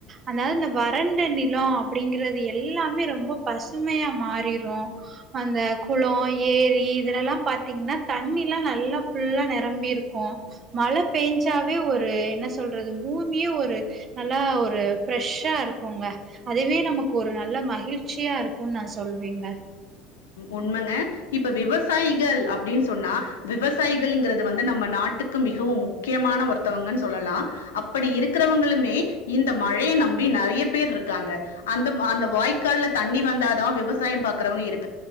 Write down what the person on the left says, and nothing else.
உண்மைங்க இப்ப விவசாயிகள் அப்டின்னு சொன்னா விவசாயிகள்ங்கிறது வந்து நம்ம நாட்டுக்கு மிகவும் முக்கியமான ஒருத்தவங்கன்னு சொல்லலா அப்டி இருக்கிறவங்களுமே இந்த மழைய நம்பி நெறைய பேர் இருக்காங்க அந்த அந்த வாய்க்காலல தண்ணி வந்தாதா விவசாயம் பாக்கறவங்க இரு